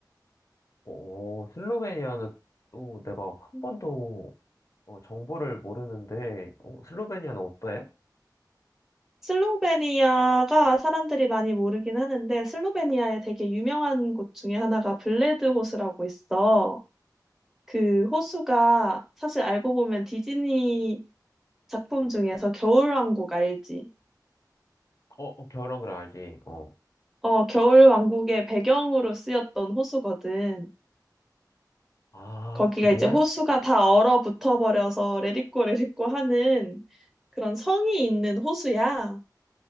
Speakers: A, on the left (about 45°); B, in the centre.
A: 오, 슬로베니아는 또 내가 한 번도 어, 정보를 모르는데, 어, 슬로베니아는 어때?
B: 슬로베니아가 사람들이 많이 모르긴 하는데 슬로베니아에 되게 유명한 곳 중에 하나가 블레드 호수라고 있어. 그 호수가 사실 알고 보면 디즈니 작품 중에서 겨울왕국 알지?
A: 어, 어, 겨울왕그을 알지. 어.
B: 어, 겨울왕국의 배경으로 쓰였던 호수거든.
A: 아,
B: 거기가
A: 그래?
B: 이제 호수가 다 얼어붙어 버려서 레디꼬 레디꼬 하는 그런 성이 있는 호수야.